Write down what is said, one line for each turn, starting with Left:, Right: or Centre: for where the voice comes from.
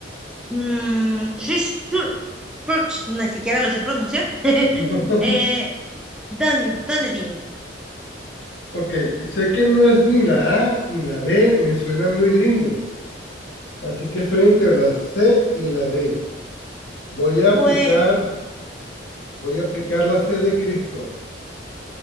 Centre: mm, Christchurch, Church, ni siquiera lo sé pronunciar. <laughs>
Left: <laughs>
Centre: eh, Dun- Dunedin.
Left: Ok, sé que no es ni la A ni la B, me suena muy gringo, así que estoy entre la C y la D. Voy a
Centre: Pues
Left: aplicar, voy a aplicar la C de Cristo.